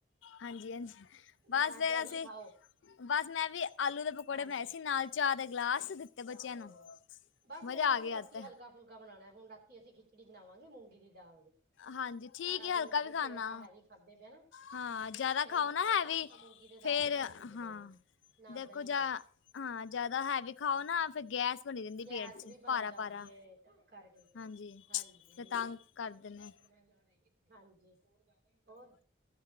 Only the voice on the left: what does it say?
ਹਾਂਜੀ-ਹਾਂਜੀ, ਬਸ
ਫੇਰ ਅਸੀਂ,
ਬਸ ਮੈਂ ਵੀ, ਆਲੂ ਦੇ ਪਕੌੜੇ
ਬਣਾਏ ਸੀ। ਨਾਲ ਚਾਹ ਦਾ ਗਲਾਸ।
ਬੱਚਿਆਂ ਨੂੰ।
ਮਜ਼ਾ
ਆ
ਗਿਆ
ਅੱਜ ਤੇ
ਹਾਂਜੀ। ਠੀਕ
ਏ,
ਹਲਕਾ
ਵੀ ਖਾਣਾ।
ਹਾਂ।
ਜ਼ਿਆਦਾ
ਖਾਓ
ਨਾ
ਹੈਵੀ,
ਫੇਰ
ਹਾਂ।
ਦੇਖੋ
ਜਾ
ਹਾਂ। ਜ਼ਿਆਦਾ ਹੈਵੀ, ਖਾਓ ਨਾ ਫੇਰ ਗੈਸ ਬਣੀ ਰਹਿੰਦੀ
ਪੇਟ 'ਚ
ਭਾਰਾ
ਭਾਰਾ
ਹਾਂਜੀ
ਫਿਰ ਤੰਗ
ਕਰਦੇ ਨੇ